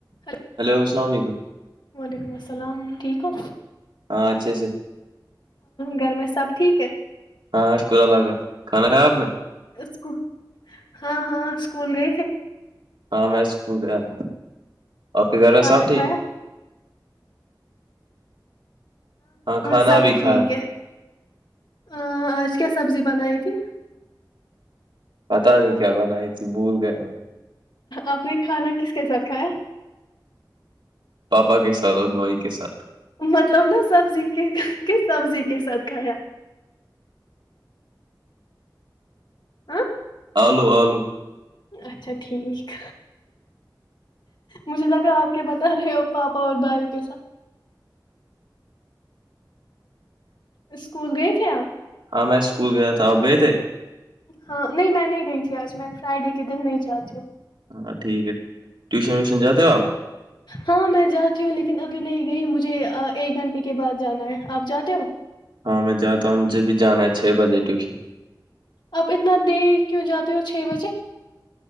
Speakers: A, on the left; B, on the right.
A: لو
B: hello السلام علیکم
A: وعلیکم السلام ٹھیک ہو
B: ہاں اچھے سے
A: گھر میں سب ٹھیک ہے
B: ہاں شکر اللہ کا کھانا کھایا آپ نے
A: اسک ہاں ہاں اسکول گئے تھے
B: ہاں میں اسکول گیا تھا آپ کے گھر میں
A: کھانا
B: صاب تھی
A: کھایا
B: ہاں کھانا
A: سب
B: بھی
A: ٹھیک
B: کھایا
A: ہے آج کیا سبزی بنائیتی
B: پتا نہیں کیا بنائی تھی بھول گیا میں
A: آپ نے کھانا کس کے ساتھ کھایا
B: پاپا کے ساتھ اور بھائی کے ساتھ
A: مطلب نا سبزی کے کس سبزی کے ساتھ کھایا ہاں
B: آلو آلو
A: اچھا ٹھیک مجھے لگا آپ کے بتا رہے ہو پاپ اور بھائی کیسا اسکول گئے تھے آپ
B: ہاں میں اسکول گیا تھا اب گئے تھے
A: ہاں نہیں میں نہیں گئی تھی آج میں فرائیڈے کے دن نہیں جاتتی ہوں
B: ہاں ٹھیک ہے ٹیوشن ویوشن جاتے ہو آپ
A: ہاں میں جاتی ہوں لیکن ابھی نہیں گئی مجھے ایک گھنٹے کے بعد جانا ہے آپ جاتے ہو
B: ہاں میں جاتا ہوں مجھے بھی جانا ہے چھ بجے ٹیوشن
A: آپ اتنا دیر کیوں جاتے ہو چھ بجے